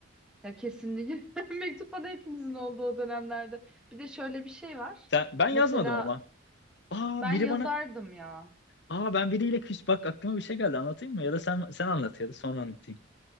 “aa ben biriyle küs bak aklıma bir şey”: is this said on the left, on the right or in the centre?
Left